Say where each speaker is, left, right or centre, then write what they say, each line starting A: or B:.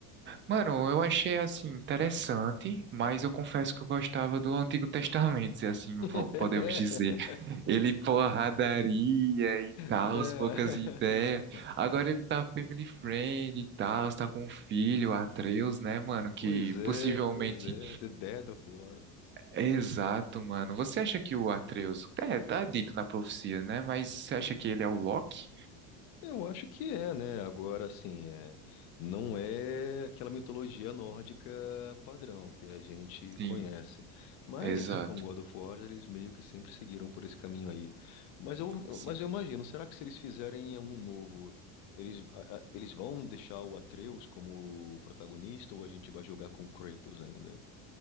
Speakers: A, on the right (about 30°); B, on the left (about 65°).
A: Mano, eu achei, assim, interessante, mas eu confesso que eu gostava do Antigo Testamento, se assim vo-
B: <laughs>
A: podemos dizer. Ele, porradaria e tal,
B: Né?
A: poucas
B: <laughs>
A: ideias. Agora ele tá family friend e tal, tá com um filho, Atreus, né, mano, que
B: Pois é,
A: possivelmente.
B: pois é, The Dead of War.
A: Exato, mano. Você acha que o Atreus. É, tá dito na profecia, né? Mas você acha que ele é o Loki?
B: Eu acho que é, né? Agora, assim, é, não é aquela mitologia nórdica padrão que a gente
A: Sim,
B: conhece. Mas
A: exato.
B: com God of War eles meio que sempre seguiram por esse caminho aí. Mas eu,
A: Sim.
B: mas eu imagino, será que se eles fizerem um novo, eles, a- a- eles vão deixar o Atreus como protagonista ou a gente vai jogar com Kratos ainda?